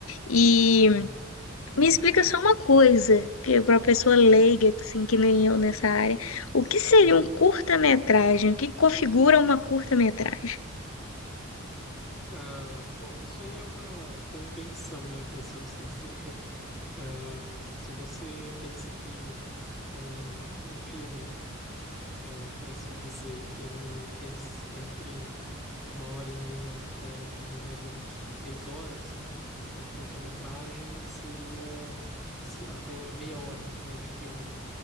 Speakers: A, on the left (about 75°); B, in the centre.
A: E
B: Uhum,
A: me explica só uma coisa, que para uma pessoa
B: uhum,
A: leiga, assim, que nem eu nessa área, o
B: sim.
A: que seria um curta-metragem? O que configura uma curta-metragem?
B: Ah, bom, isso aí é uma convenção, né, por assim se dizer. <laughs> Ah, se você pensa que um, um filme, eh, por assim dizer, ele tem s- entre uma hora e meia até filmes mais longos com três horas, um curta-metragem seria se- até meia hora, né, de filme.